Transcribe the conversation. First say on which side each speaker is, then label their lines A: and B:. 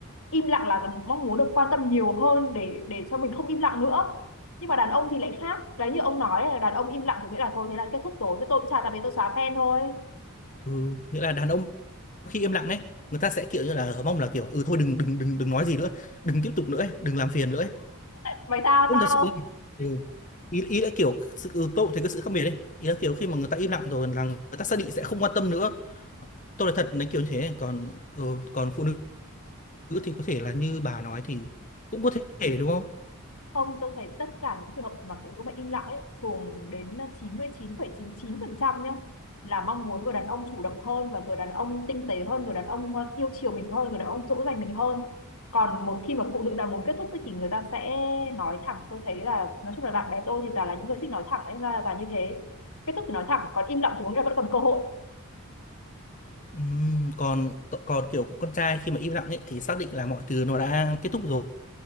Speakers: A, on the left (about 80°); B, on the left (about 35°).
A: Im lặng là mong muốn được quan tâm nhiều hơn để để cho mình không im lặng nữa. Nhưng mà đàn ông thì lại khác. Đấy như ông nói là đàn ông im lặng thì nghĩa là thôi thế là kết thúc rồi. Thế tôi cũng chả tạm biệt tôi xóa fan thôi.
B: ừ, nghĩa là đàn ông khi im lặng ấy người ta sẽ kiểu như là mong là kiểu ừ thôi đừng đừng đừng đừng nói gì nữa đừng tiếp tục nữa ấy, đừng làm phiền nữa ấy.
A: Mày tao
B: không
A: tao.
B: thật sự ấy. Ừ. ý ý là kiểu sự ừ, tôi cũng thấy cái sự khác biệt đấy ý là kiểu khi mà người ta im lặng rồi là người ta xác định sẽ không quan tâm nữa tôi là thật nói kiểu như thế còn ừ, còn phụ nữ thì có thể là như bà nói thì cũng có thể đúng không
A: Không, tôi thấy tất cả những trường hợp mà phụ nữ mà im lặng ấy thường đến 99,99% nhá là mong muốn người đàn ông chủ động hơn và người đàn ông tinh tế hơn, người đàn ông ờ, yêu chiều mình hơn, người đàn ông dỗ dành mình hơn. Còn một khi mà phụ nữ đã muốn kết thúc ấy, thì người ta sẽ nói thẳng. Tôi thấy là nói chung là bạn bè tôi thì toàn là những người thích nói thẳng ấy ra là như thế. Kết thúc thì nói thẳng, còn im lặng thì có nghĩa là vẫn còn cơ hội.
B: Ừm, còn còn kiểu con trai khi mà im lặng ấy thì xác định là mọi thứ nó đã kết thúc rồi